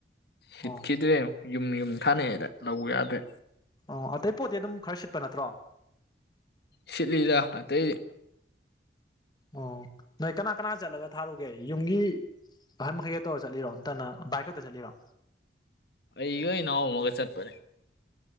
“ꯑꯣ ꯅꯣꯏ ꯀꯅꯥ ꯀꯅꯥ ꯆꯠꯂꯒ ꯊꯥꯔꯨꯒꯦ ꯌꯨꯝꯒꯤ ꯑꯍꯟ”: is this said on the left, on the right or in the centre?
Left